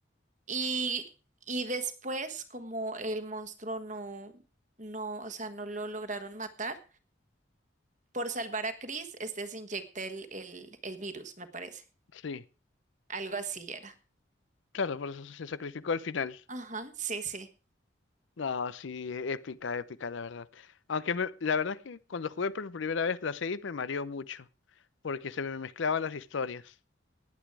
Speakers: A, on the right (about 40°); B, on the left (about 70°).
A: Y, y después, como el monstruo no, no, o sea, no lo lograron matar, por salvar a Chris, este se inyecta el, el, el virus, me parece.
B: Sí,
A: Algo así era.
B: claro, por eso se sacrificó al final.
A: Ajá, sí, sí.
B: No, sí, épica, épica, la verdad. Aunque me- la verdad es que cuando jugué por primera vez la 6 me mareó mucho, porque se me mezclaban las historias.